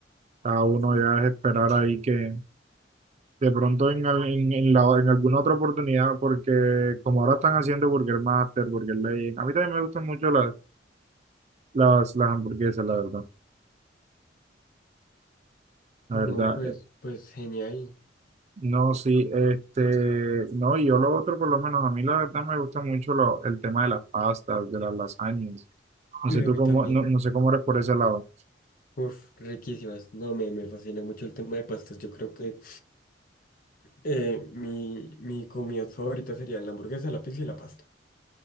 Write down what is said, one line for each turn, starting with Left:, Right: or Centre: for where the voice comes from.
Right: cada uno ya es esperar ahí que de pronto en, al- en, en la- en alguna otra oportunidad, porque como ahora están haciendo Burger Master, Burger Legend, a mí también me gustan mucho las, las, las hamburguesas, la verdad, la
Left: no,
Right: verdad,
Left: pues, pues genial.
Right: No, sí, este, no, y yo lo otro, por lo menos, a mí la verdad me gusta mucho lo- el tema de las pastas, de las lasañas. No
Left: Y
Right: sé tú
Left: a mí
Right: cómo,
Left: también.
Right: no, no sé cómo eres por ese lado.
Left: Uf, riquísimas. No, me, me fascina mucho el tema de pastas. Yo creo que Eh, mi, mi comida favorita sería la hamburguesa, la pizza y la pasta.